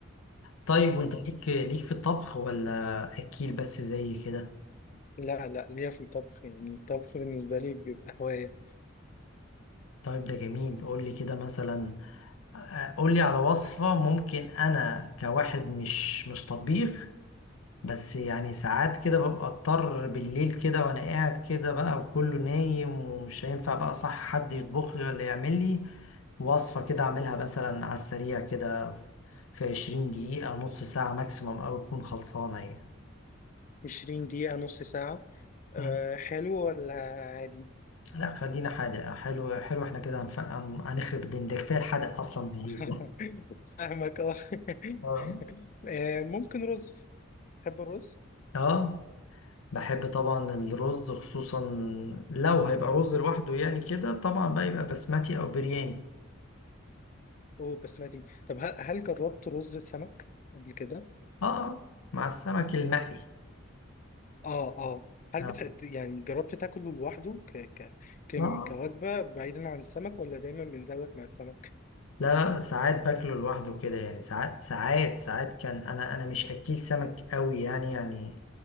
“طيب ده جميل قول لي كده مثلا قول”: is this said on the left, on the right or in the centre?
Left